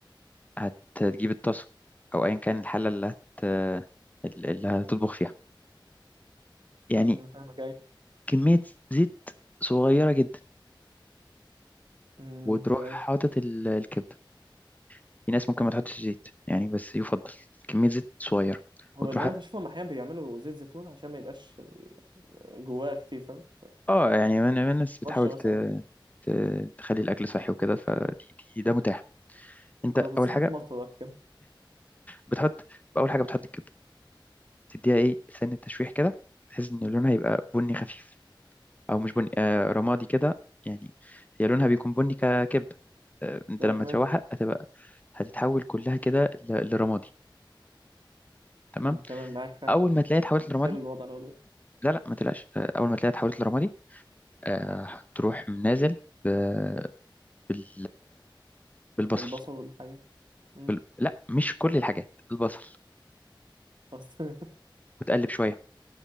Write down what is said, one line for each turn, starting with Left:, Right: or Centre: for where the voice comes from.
Left: هتجيب الطاسة أو أيا كان الحلة اللي هت اللي هتطبخ فيها يعني
Right: انا فاهمك ايه
Left: كمية زيت صغيرة جدا
Right: أمم،
Left: وتروح
Right: تمام
Left: حاطط ال- الكبدة في ناس ممكن ما تحطش زيت يعني بس يفضل كمية زيت صغيرة
Right: هو
Left: وتروح
Right: اللي
Left: حاطط-
Right: انا بشوفهم احيانا بيعملوا زيت زيتون عشان ما يبقاش ال- جواه كتير فاهم
Left: اه يعني من من الناس بتحاول
Right: رشه
Left: ت-
Right: مثلا او حاجه
Left: ت- تخلي الأكل صحي وكده فده متاح
Right: بالظبط
Left: انت
Right: الصحة
Left: اول حاجه
Right: في مصر بقى في كده
Left: بتحط اول حاجه بتحط الكبده تديها ايه سن التشويح كده بحيث ان لونها يبقى بني خفيف او مش بني آه رمادي كده يعني هي لونها بيكون بني ككبده آه انت
Right: لو
Left: لما
Right: تمام
Left: تشوحها هتبقى هتتحول كلها كده ل- لرمادي تمام
Right: م، تمام معاك فاهم
Left: اول ما تلاقيها اتحولت
Right: متخيل
Left: لرمادي
Right: الوضع لو ده
Left: لا لا ما تقلقش آه اول ما تلاقيها اتحولت لرمادي آه تروح نازل ب- بال بالبصل
Right: يعني البصل والحاجه امم
Left: بال... لا مش كل الحاجات البصل
Right: خلاص تمام.
Left: وتقلب شويه